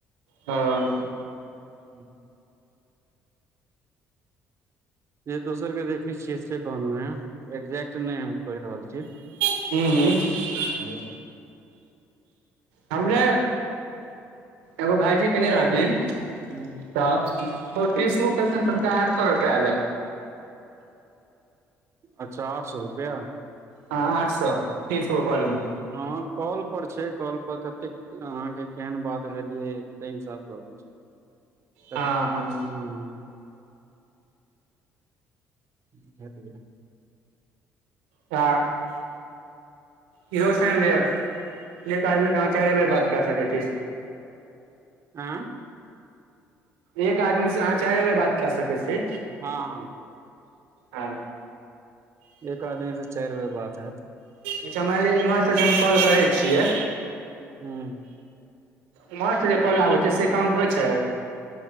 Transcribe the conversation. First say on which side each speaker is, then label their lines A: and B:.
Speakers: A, on the right (about 90°); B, on the right (about 50°).
A: हँ।
B: हु। जे दोसर के देखै छियै से कहलहु हे एक्जेक्ट नहि हम कहि रहल छै
A: हू, हू। हमरे एगो भायजी कने रथिन
B: हूँ।
A: तऽ इस कस तन आठकपै अै
B: अच्छा आठ सऽ रुपआ
A: हँ, आठ सए तीस कलमे
B: हँ कॉल पर छै कॉल पर कतेक अहाँकेँ केहन बात भेलियै ताहि हिसाबसँ तऽ
A: हँ हँ
B: हूँ भट
A: चार। ई रोज लऽ आदम कहाँ चारे बजे बात कर सकैथी
B: आ
A: एक आदमी सँ अहाँ चारि बेर बात कए सकै छै
B: हँ
A: आ।
B: एक आदमी सँ चारि बेर बात है त
A: अच्छा मानि लिआ इम्हरसँ जे हम कॉल करै छियै
B: हूँ।
A: उम्हर से जे कॉल आबै छै सँ काउंट होइ छै